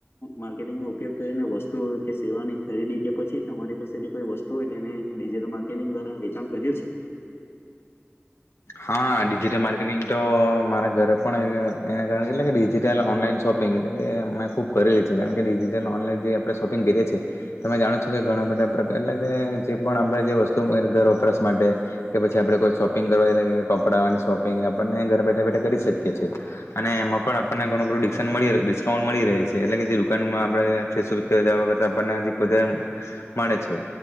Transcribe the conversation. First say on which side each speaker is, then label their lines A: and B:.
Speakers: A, on the left (about 60°); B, on the left (about 80°).
A: માર્કેટિંગનોો ઉપયોગ કરીને વસ્તુ કે સેવાની ખરીદી કે પછી તમારી પાસેથી કોઈ વસ્તુ હોય તેને ડિજટલ માર્કેટિંગ દ્વારા વેચાણ કર્યું છે
B: હા ડિજિટલ માર્કેટિંગ તો મારા ઘરે પણ એના કારણે એટલે કે ડિજિટલ ઓનલાઈન શોપિંગ એટલે કે મેં ખુબ કરેલી છે કારણ કે ડિજિટલ ઓનલાઈન જે આપણે શોપિંગ કરીએ છીએ તમે જાણો છો કે ઘણા બધા પ્રકાર એટલે કે જે પણ આપણેે જે વસ્તુ ઘર વપરાસ માટે કે પછી આપડણે કોઈ શોપિંગ કરવા એ કપડાની શોપિંગ આપણને ઘરે બેઠા બેઠા કરી શકીએ છીએ અને એમાં પણ આપણને ઘણું બું ડિકશન મળી ડિસ્કાઉન્ટ મળી રહે છે એટલે કે જે દુકાનમાં આપણે ફેસબુ જવા કરતા આપણને હ ખા મળે છે